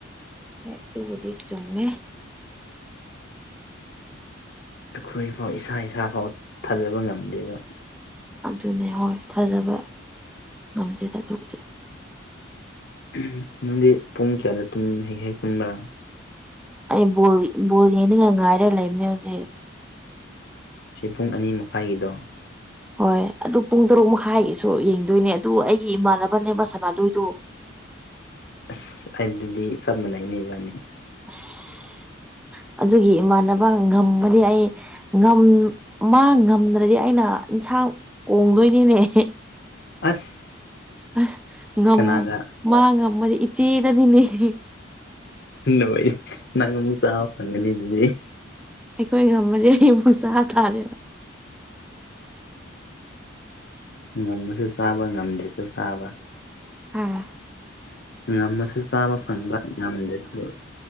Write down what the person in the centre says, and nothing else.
ꯍꯣꯏ ꯗꯨꯕꯨꯗꯤ ꯆꯨꯝꯃꯦ
ꯑꯗꯨꯅꯦ ꯍꯣꯏ ꯊꯥꯖꯕ ꯉꯝꯗꯦꯗ ꯑꯗꯨꯕꯨꯗꯤ
ꯑꯩ ꯕꯣꯜ ꯕꯣꯜ ꯌꯦꯡꯅꯤꯡꯉꯥꯏ ꯉꯥꯏꯔ ꯂꯩꯕꯅꯦ ꯍꯨꯖꯤꯛ
ꯍꯣꯏ ꯑꯗꯨ ꯄꯨꯡ ꯇꯔꯨꯛ ꯃꯈꯥꯏꯒꯤꯁꯨ ꯌꯦꯡꯗꯣꯏꯅꯦ ꯑꯗꯨ ꯑꯩꯒꯤ ꯏꯃꯥꯟꯅꯕꯅꯦꯕ ꯁꯥꯟꯅꯥꯗꯣꯏꯗꯨ
<unintelligible> ꯑꯗꯨꯒꯤ ꯏꯃꯥꯟꯅꯕ ꯉꯝꯃꯗꯤ ꯑꯩ ꯉꯝ ꯃꯥ ꯉꯝꯗ꯭ꯔꯗꯤ ꯑꯩꯅ ꯏꯟꯁꯥꯡ ꯀꯣꯡꯗꯣꯏꯅꯤꯅꯦ <unintelligible>
<unintelligible> ꯉꯝ
ꯃꯥ ꯉꯝꯃꯗꯤ ꯏꯆꯦꯗꯅꯤꯅꯦ <unintelligible>
ꯑꯩꯈꯣꯏ ꯉꯝꯃꯗꯤ ꯑꯩ ꯑꯃꯨꯛ ꯆꯥ ꯇꯥꯔꯦꯅ
<unintelligible>